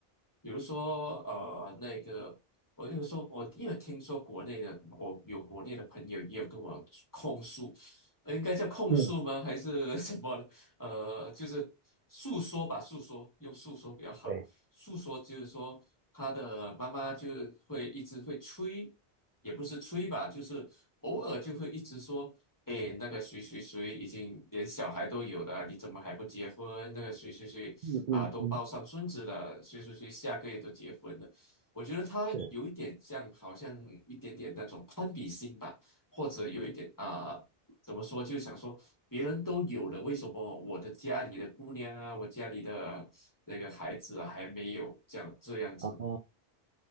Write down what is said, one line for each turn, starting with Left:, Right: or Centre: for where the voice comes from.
Left: 比如说，呃，那个，我就说，候我也有听说国内的，我有国内的朋友也有跟我控诉，呃应该叫控诉吗？
Right: 嗯，
Left: 还是 <laughs> 什么呢呃，就是诉说吧，诉说，用诉说比较好。
Right: 对，
Left: 诉说就是说，他的妈妈就会一直会催，也不是催吧，就是偶尔就会一直说，诶，那个谁谁谁已经连小孩都有了，你怎么还不结婚？那个谁谁谁啊，
Right: 嗯嗯嗯，
Left: 都抱上孙子了，谁谁谁下个月都结婚了。我觉得他有一点像，
Right: 是
Left: 好像一点点那种攀比心吧，或者有一点啊，怎么说，就想说别人都有了，为什么我的家里的姑娘啊，我家里的那个孩子啊还没有这样这样子？
Right: 啊。